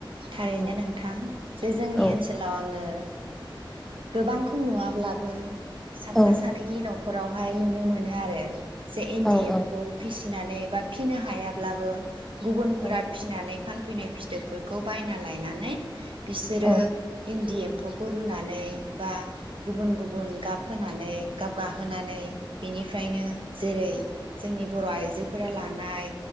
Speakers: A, on the right; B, in the centre.
A: थारैनो
B: औ
A: नोंथां जे जोंनि
B: औ
A: ओनसोलाव आङो गोबांखौ नुवाब्लाबो साफा
B: औ
A: सानैनि न'खराव बाहाय नुनो मोनो आरो। जे इन्दि
B: औ
A: एम्फौ
B: औ
A: फिसिनानै बा फिनो हायाब्लाबो गुबुनफोरा
B: औ
A: फिनानै फानफैनाय फिथोबफोरखौ बायना लायनानै बिसोरो
B: औ
A: इन्दि एम फौखौ रुनानै बा गुबुन गुबुन गाब होनानै गाब गाहोनानै बेनिफ्रायनो जेरै जोंनि बर आइजोफोरा लानाय